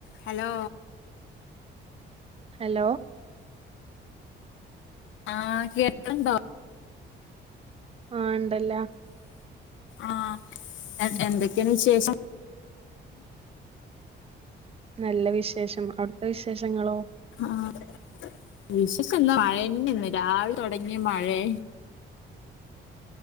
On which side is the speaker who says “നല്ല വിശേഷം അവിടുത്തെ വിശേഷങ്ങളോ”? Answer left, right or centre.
Right